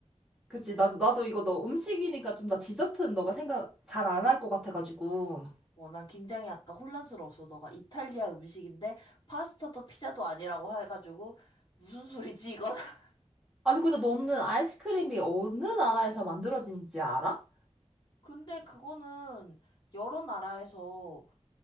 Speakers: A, in the centre; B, on the left.
A: 그치, 나도, 나도 이거 너 음식이니까 좀 나 디저트는 너가 생각 잘 안 할 것 같아가지고.
B: 어, 난 굉장히 아까 혼란스러웠어. 너가 이탈리아 음식인데 파스타도 피자도 아니라고 해가지고 무슨 소리지, 이건? <laughs>
A: 아니, 근데 너는 아이스크림이 어느 나라에서 만들어진지 알아?
B: 근데 그거는 여러 나라에서